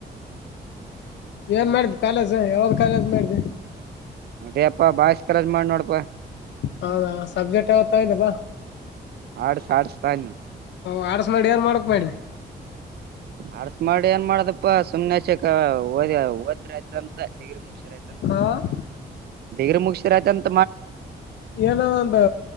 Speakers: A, on the left; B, on the right.
A: ಏನ್ ಮಾಡಿದ ಕಾಲೇಜ್ ಯಾವ್ದ್ ಕಾಲೇಜ್ ಮಾಡಿದ್ದ
B: ಅದೇ ಅಪ್ಪಾ ಬಾಯಸ್ ಕಲಜ್ ಮಾಡಿ ನೋಡಪಾ
A: ಹೌದಾ ಸಬ್ಜೆಕ್ಟ್ ಯಾವತ್ತ ಇದ್ದ ಬಾ
B: ಆಡ್ ಸಾಡ್ ಸತನು
A: ಹ ಆಡಸ ಮಾಡಿ ಯಏನ್ ಮಾಡಕ್ ಮಾಡಿ
B: ಆಡ್ಸ್ ಮಾಡಿ ಏನ್ ಮಾಡ್ದಪ್ಪಾ ಸುಮ್ನೆಕ್ಕ ಓದ ಓದ್ರ ಆಯ್ತಂತ ಡಿಗ್ರಿ ಮುಗ
A: ಹಾ
B: ಬಗ್ರ ಮುಗಸರಯತಂತ
A: ಏನೋ ಒಂದು